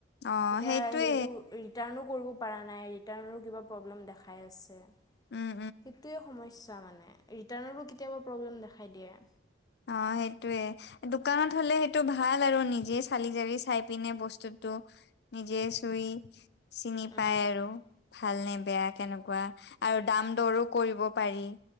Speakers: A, on the left; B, on the left.
A: অ
B: এতিয়া
A: সেইটোৱে
B: সেইটো ৰি- টাৰ্ণো কৰিব পৰা নাই ৰিটাৰ্ণৰো কিবা প্ৰব্লেম দেখাই আছে। সেইটোৱে
A: উম
B: সম- স্যা মানে ৰিটাৰ্ণৰো কেতিয়াবা প্ৰব্লেম দেখাই দিয়ে।
A: আ সেইটোয়ে দোকানত হ'লে সেইটো ভাল আৰু নিজে চালি জাৰি চাই পিনে বস্তু টো নিজে চুই চিনি
B: খাই
A: পায় আৰু ভাল নে বেয়া কেনেকুৱা আৰু দাম দৰো কৰিব পাৰি